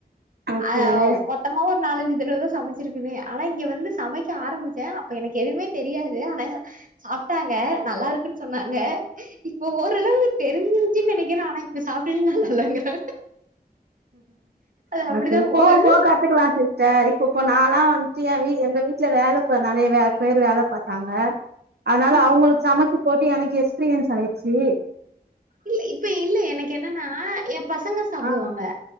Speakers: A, on the right; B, on the right.
A: ஓகே
B: ஆவ் மொத்தமா ஒரு நாலஞ்சு தடவ தா சமைச்சிருக்கனே ஆனா இங்க வந்து சமைக்க ஆரம்பிச்சே அப்ப எனக் எதுவுமே தெரியாது ஆனா சாப்ட்டாங்க நல்லா இருக்குன் சொன்னாங்க இப்ப ஓரளவுக்கு தெரிஞ்சிருச்சுன்னு நனைக்கிற ஆனா இப்ப சாப்ட்டுட்டு நல்லா இல்லங்குறாங்க
A: எனக்கு
B: அப்டிதா
A: போவா
B: போகுது
A: போவா கத்துக்கலா சிஸ் ஸ்டர் இப்ப இப்ப நாலா வந்துட்டு எ வீ எங்க வீட்ல வேல ப நறைய வே பேர் வேல பாத்தாங்க அதனால
B: ம்
A: அவுங்களுக்கு சமைச்சு போட்டு எனக்கு எக்ஸ்பீரியன்ஸ் ஆயிடுச்சு
B: இல்ல இப்ப இல்ல எனக்கு என்னன்னா எ பசங்க சாப்டுவாங்க
A: ஆ